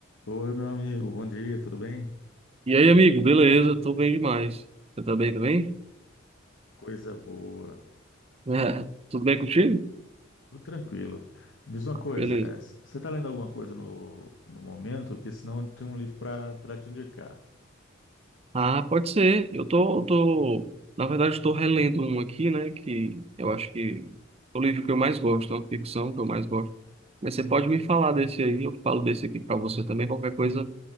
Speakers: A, on the left; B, on the right.
A: Oi, meu amigo, bom dia, tudo bem?
B: E aí, amigo, beleza? Tô bem demais. Você tá bem também? <laughs>
A: Coisa boa,
B: É, tudo bem contigo?
A: tudo tranquilo. Diz uma coisa,
B: Beleza.
A: você está lendo alguma coisa no, no momento? Porque senão tem um livro para para te indicar.
B: Ah, pode ser. Eu tô, tô, na verdade, estou relendo um aqui, né? Que eu acho que é o livro que eu mais gosto, é uma ficção que eu mais gosto. Mas você pode me falar desse aí, eu falo desse aqui pra você também. Qualquer coisa,